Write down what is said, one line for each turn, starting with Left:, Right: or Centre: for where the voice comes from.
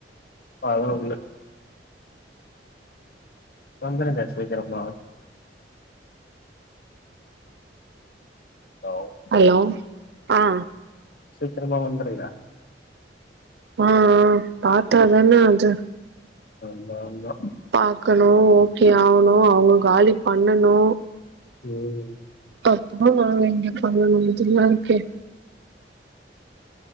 Left: இப்ப அதலா ஒன்னு இல்ல வந்துருங்க சீக்கிரமா லோவ்
Right: ஹல்லோ ஆ
Left: சீக்கிரமா வந்தருங்க
Right: ம் ம் ம் பாத்தாதானே அது
Left: அல்லா அல்லா
Right: பாக்கணு ஓகே ஆவணு அவுங்க காலி பண்ணணு
Left: ம்
Right: அப்போ நா இங்க பண்ணணுஇதுல்லா இருக்கே